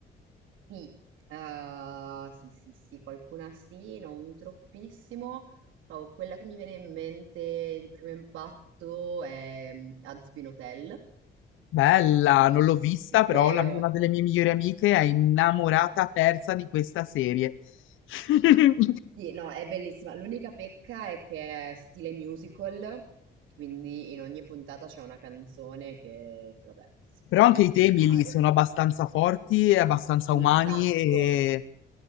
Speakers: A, on the right; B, on the left.
A: Sì, eh, sì, sì, sì, qualcuna sì, non troppissimo. Cioè, quella che mi viene in mente di primo impatto è mm, Hazbin Hotel,
B: Bella, non l'ho vista, però
A: vero?
B: la- una delle mie migliori amiche è innamorata persa di questa serie. <laughs>
A: Sì, no, è bellissima. L'unica pecca è che è stile musical, quindi in ogni puntata c'è una canzone che, che, vabbè, si
B: Però
A: poteva
B: anche
A: anche
B: i temi
A: evitare.
B: lì sono abbastanza forti, e abbastanza umani
A: Un sacco,
B: e